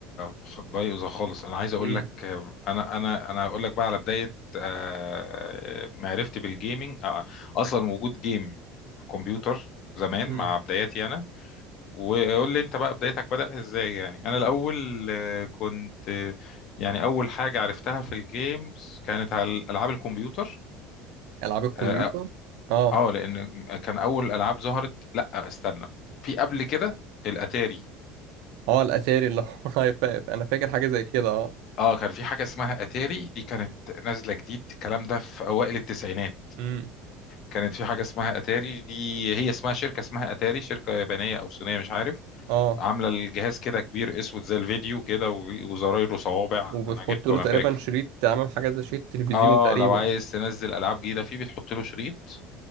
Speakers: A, on the left; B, on the right.
A: خ- بايظه خالص انا عايز اقول
B: امم
A: لك آه، انا انا انا هقول لك بقى على بدايه آه، معرفتي بالجيمنج آه، اصلا وجود جيم في كمبيوتر زمان
B: امم
A: مع بداياتي انا وقول لي انت بقى بدايتك بدات ازاي يعني انا الاول آه، كنت آه، يعني اول حاجه عرفتها في الجيمز كانت على العاب الكمبيوتر
B: العاب الكمبيوتر
A: اه آه،
B: اه
A: آه، لان كان اول العاب ظهرت لا استنى في قبل كده الاتاري
B: اه الاتاري اللي هو <laughs> هيفاقف انا فاكر حاجة زي كده اه
A: اه كان في حاجة اسمها اتاري دي كانت نازلة جديد الكلام ده في اوائل التسعينات
B: امم
A: كانت في حاجة اسمها اتاري دي هي اسمها شركة اسمها اتاري شركة يابانية او صينية مش عارف
B: اه
A: عاملة الجهاز كده كبير اسود زي الفيديو كده و- وزرايره صوابع
B: وبتحط
A: انا جبته
B: له
A: انا
B: تقريبا
A: فاكر
B: شريط عامل حاجة زي شريط تلفزيون
A: اه
B: تقريبا
A: لو عايز تنزل العاب جديدة فيه بتحط له شريط